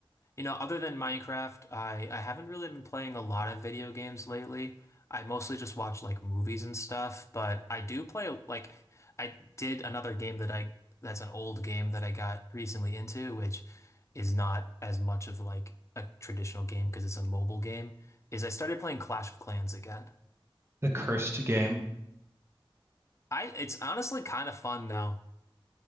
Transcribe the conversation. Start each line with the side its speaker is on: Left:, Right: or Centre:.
Left: you know, other than Minecraft, I I haven't really been playing a lot of video games lately. I mostly just watch like movies and stuff, but I do play like I did another game that I that's an old game that I got recently into, which is not as much of like a traditional game because it's a mobile game, is I started playing Clash of Clans again.
Right: the cursed game.
Left: I it's honestly kind of fun now.